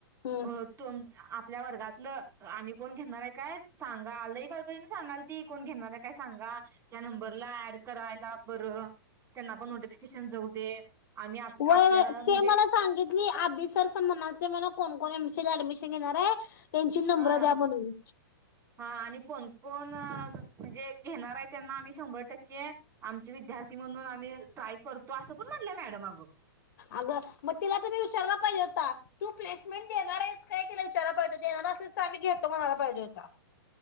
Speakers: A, on the left (about 55°); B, on the right (about 20°).
A: हम्म
B: अ तोम आपल्या वर्गातलं आणि कोण घेणार आहे. काय? सांगा कळकळीन सांगालती. कोण घेणार आहे काय सांगा. या नंबरला ऍड करायला बरं त्यांना पण नोटिफिकेशन जाऊ दे. आम्ही आप
A: वय-वय
B: आपल्या म्हणजे
A: ते मला सांगित तली, आभी सर असं म्हणालते म्हण 'कोण कोण एम सी ला ऍडमिशन घेणार आहे'--? त्यांची नंबरं
B: हा
A: द्या म्हणून.
B: हा आणि कोण कोण म्हणजे घेणार आहे त्यांना आम्ही शंभर टक्के आमचे विद्यार्थी म्हणून आम्ही ट्राय करतो असं पण म्हटल्या मॅडम अगं.
A: अगं मग तिला तुम्ही विचारलं पाहिजेत. या. तू प्लेसमेंट देणार आहेस काय? तिला विचारयला पाहिजे, देणार असलीस तर आम्ही घेतो म्हणायला पाहिजे होता.